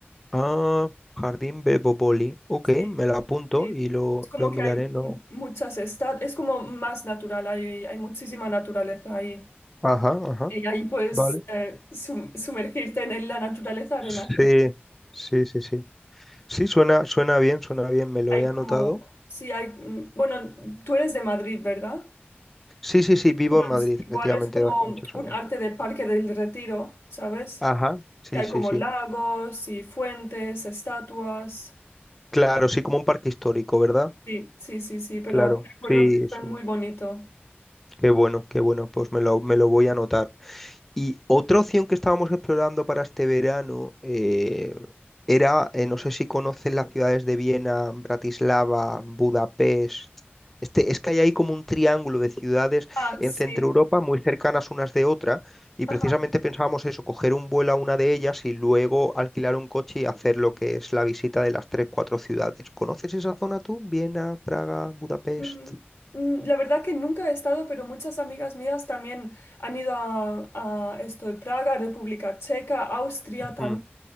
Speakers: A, in the centre; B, on the left (about 80°).
A: Ah, Jardín Bebopoli. Ok,
B: Sí,
A: me la apunto
B: sí.
A: y lo,
B: Es como
A: lo miraré.
B: que hay
A: No.
B: muchas estancias, es como más natural, hay, hay muchísima naturaleza ahí.
A: Ajá, ajá.
B: Y ahí puedes
A: Vale.
B: eh, sum- sumergirte en la naturaleza arena
A: Sí, sí, sí, sí. Sí, suena, suena bien, suena bien, me lo
B: Hay
A: he anotado.
B: como, sí, hay, mm, bueno, tú eres de Madrid, ¿verdad?
A: Sí, sí, sí, vivo
B: Entonces,
A: en Madrid,
B: igual
A: efectivamente,
B: es como
A: desde hace muchos
B: un
A: años.
B: arte de Parque del Retiro, ¿sabes?
A: Ajá, sí,
B: Que hay
A: sí,
B: como
A: sí.
B: lagos y fuentes, estatuas.
A: Claro, sí, como un parque histórico, ¿verdad?
B: Sí, sí, sí, sí, pero
A: Claro,
B: me acuerdo
A: sí,
B: que
A: eso.
B: fue muy bonito.
A: Qué bueno, qué bueno, pues me lo, me lo voy a anotar. Y otra opción que estábamos explorando para este verano eh, era, eh, no sé si conocen las ciudades de Viena, Bratislava, Budapest. Este, es que hay ahí como un triángulo de ciudades
B: Ah,
A: en
B: sí.
A: Centro Europa muy cercanas unas de otra y
B: Ajá.
A: precisamente pensábamos eso, coger un vuelo a una de ellas y luego alquilar un coche y hacer lo que es la visita de las tres, cuatro ciudades. ¿Conoces esa zona tú? Viena, Praga, Budapest.
B: Mm, mm, La verdad que nunca he estado, pero muchas amigas mías también han ido a, a esto de Praga, República Checa, Austria también.
A: Ujú.